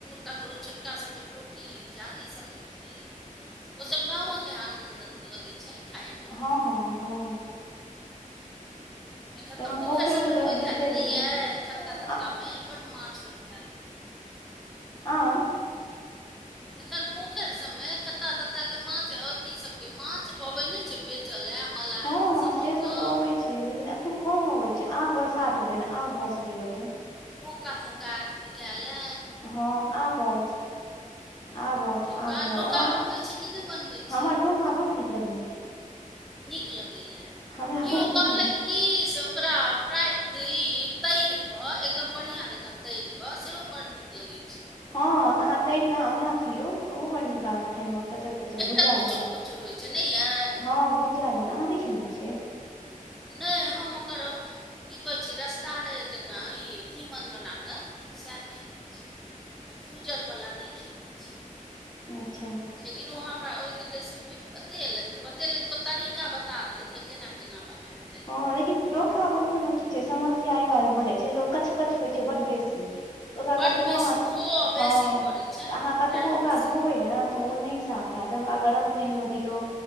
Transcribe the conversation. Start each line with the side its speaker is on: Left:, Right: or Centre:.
Centre: तांगुर ओ छोटका सब जे पो ई चाल ई सब नै भेटैए ओ सब गांव के आनंद लगै छय खाय में।
Left: हँ-हँ, हँ
Centre: एखन
Left: ताहिमे
Centre: तऽ पोखैर
Left: पोखरिसँ
Centre: सब में
Left: तोरा
Centre: होइत
Left: जीविते
Centre: हैत नै
Left: जीविते
Centre: यै खत्ता-तत्ता
Left: आ
Centre: में बड्ड माछ होइत हैत।
Left: आं
Centre: एखन पोखैर सब में खत्ता-तत्ता के माछ अथी सब के माछ अबै नै छै। बेचऽ लै मलाहिन
Left: हँ हँ
Centre: सब
Left: से
Centre: लऽ, कऽ
Left: तऽ अबै छै लेकिन अखन कम अबै छै, आब बरसात एलै न आब भऽ, सकैया ओतय
Centre: डोका-तोका एत बिकै लै।
Left: हँ आब आउत आबऽत
Centre: डोका
Left: आबऽ
Centre: डोका
Left: ओना
Centre: बनबै छी कि नहि बनबै
Left: हमर
Centre: छी
Left: डोका बड़ नीक लगैया।
Centre: नीक लगैए
Left: हमरा
Centre: कियो
Left: बड नीक
Centre: कहलैथ
Left: लगैया
Centre: की से ओकरा फ्राइ ई तै तै र कऽ एकदम बढ़ियां जकाँ तैर कऽ, सेहो बड नीक लगै छै।
Left: हँ तऽ, अहाँ तैर कऽ, अहाँ ओहिना खइयौ तऽ, ओहो बड नीक लागत खाय मं। कचर-कचर
Centre: एकटा
Left: भुज्जा
Centre: कुचुर
Left: जेना
Centre: कुचुर होइ छै नहि अइ
Left: हँ भुज्जा जेना अहाँ नै खेने छियै।
Centre: नै हम ओकर की कहै छै रसदारे जंका क ई तीमन बनाकऽ सएह खेने छी, भूजल वला नै खेने छी
Left: अच्छा
Centre: लेकिन ओ हमरा ओइ दिन रेसिपी बतेलैथ तऽ, बतेलै तऽ, ओ तरीका बता देलै जे केना-केना बनैब
Left: हँ लेकिन डोका बनबै में की छै, समस्या एहि दुआरे भऽ जाइ छै, जे ओ कच-कच होइ छै, बड्ड बेसी तऽ ओकरा
Centre: बड्ड
Left: कतबो
Centre: बेसी
Left: अहाँ
Centre: धोअ
Left: हँ
Centre: बेसी पड़ै छै
Left: तऽ अहाँ कतबो
Centre: टाइम
Left: ओकरा
Centre: बेसी
Left: धोबै नऽ तऽ ओ नै साफ हैत तखन ओकरा गरम पइन में दियौ